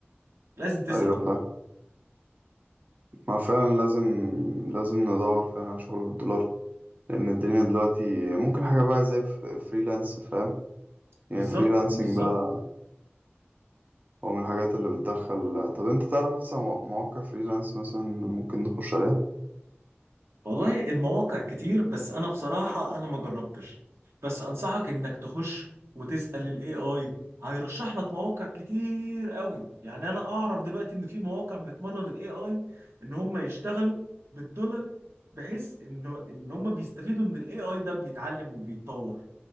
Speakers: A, on the right; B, on the right.
A: لازم تسعى
B: أيوة فاهم ما فعلا لازم لازم ندور فعلا على شغل بالدولار لأن الدنيا دلوقتي ممكن حاجة بقى زي ف- فريلانس فاهم يعني
A: بالظبط
B: فريلانسنج
A: بالظبط
B: بقى هو من الحاجات اللي بتدخل طب أنت تعرف مثلا مواقع فريلانس مثلا ممكن نخش عليها؟
A: والله المواقع كتير بس انا بصراحة انا ما جربتش بس انصحك انك تخش وتسأل الاي اي هيرشح لك مواقع كتير قوي يعني انا اعرف دلوقتي ان في مواقع بتمرن الاي اي ان هم يشتغلوا بالدولار بحيث ان ان هم بيستفيدوا ان الاي اي ده بيتعلم وبيتطور